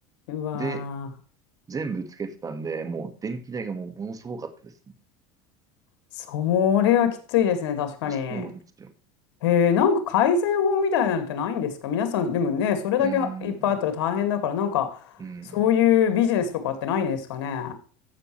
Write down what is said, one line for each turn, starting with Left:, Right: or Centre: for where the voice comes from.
Left: うわー。
Right: で、全部つけてたんで、もう電気代がもうものすごかったですね
Left: それはきついですね、確かに。
Right: そうなんですよ。
Left: へえ、なんか改善法みたいなのってないんですか皆さん、でもね、それだけいっぱいあったら大変だから、
Right: うーん、
Left: なんか、
Right: うん、
Left: そういうビジネスとかってないんですかね。